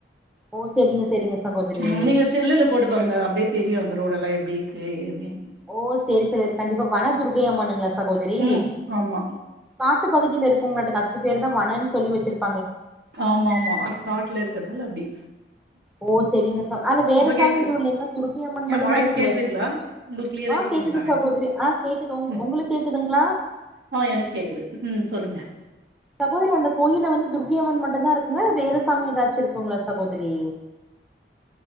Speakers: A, in the centre; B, on the right.
A: ஓ செரிங்க செரிங்க சகோதரி
B: ம் நீங்க செல்லுல போட்டுபாருங்க அது அப்டியே தெரியும் அந்த ரோடெல்லா எப் இப்டியிருக்கு அப்டின்
A: ஓ சேரி சேரி கண்டிப்பா வன துர்கையம்மனுங்களா சகோதரி
B: ம் ஆமா
A: காட் டுப்பகுதியில இருக்குங்ளாட்டுகு அதுக்கு பேர்தா வனன் சொல்லி வெச்சுருக்
B: ஆமா ஆமா காட்ல இருக்கதால அப்டி
A: ஓ சேரிங்க சா அங்க வேற
B: இப்ப
A: சாமி
B: கேக்குது
A: எதுவு இல்லேங்ள துர்கை அம்மன் மட்டுந்தா
B: என் வாய்ஸ்
A: இருக்குங்ளா
B: கேக்குதுங்களா
A: சகோ
B: உங்களுக்கு கிளியரா
A: அ ஆ
B: கேக்குதுங்களாங்க
A: கேக்குது சகோதரி
B: இப்போ
A: ஆ கேக்குது உங்
B: ம்
A: உங்குளுக் கேக்குதுங்ளா
B: ஆ எனக் கேகுது ம் சொல்லுங்க
A: சகோதரி அந்த கோயில்ல வந்து துர்கையம்மன் மட் டுதா இருக்குங்ளா வேற சாமி ஏதாச்சு இருக்குங்ளா சகோதரி